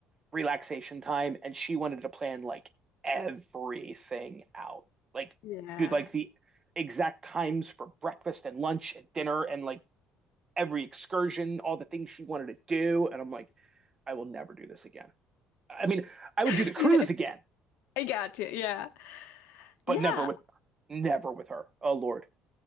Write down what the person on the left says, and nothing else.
yeah.
<laughs>
I got you. Yeah,
yeah,